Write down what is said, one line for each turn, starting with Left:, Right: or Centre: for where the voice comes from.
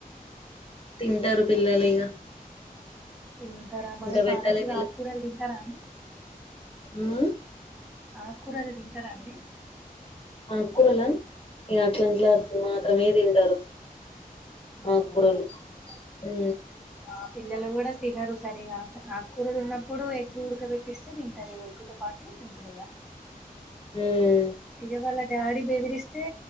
Left: తింటారు పిల్లొల్లు ఇగ
Centre: తింటారా మరి
Left: ఇంకా
Centre: పాలకూరు
Left: పెట్టాలే
Centre: ఆకూరలు తింటారా అండి
Left: హు
Centre: ఆకూరలు తింటారా అండి
Left: ఆకురాల ఇగ అట్లంట్లా మా <unintelligible> మే తింటారు
Centre: అవునా
Left: ఆకుకూరలు హు
Centre: మా పిల్లలు కూడా తినరు సరిగా ఆకుకూరలు ఉన్నప్పుడు ఎగ్గు ఉడక పేట్టిస్తే తింటారు ఎగ్గుతో పాటు తింటారు ఇగా
Left: ఉమ్
Centre: <unintelligible> వాళ్ళ డాడీ బెదిరిస్తే